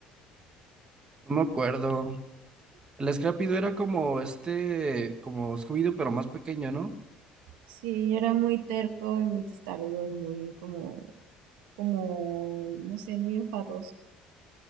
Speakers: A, on the right; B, on the right.
A: No me acuerdo. El Scrappy Doo era como este, como Scooby-Doo, pero más pequeño, ¿no?
B: Sí, era muy terco y muy testarudo y muy como, como, no sé, muy enfadoso.